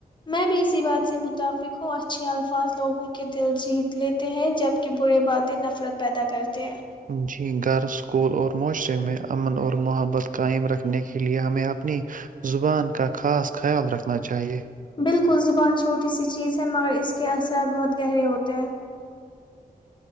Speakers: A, on the left; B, on the right.
A: میں بھی اسی بات سے متفق ہوں اچھے الفاظ لوگوں کے دل جیت لیتے ہیں جبک برے باتیں نفرت پیدا کرتے ہیں
B: جی گھر اسکول اور معاشرے میں امن اور محبت قائم رکھنے کے لیے ہمیں اپنی زبان کا خاص خیال رکھنا چاہیے
A: بالکل زبان چھوٹی سی چیز ہے مگر اس کے اثرات بہت گہرے ہوتے ہیں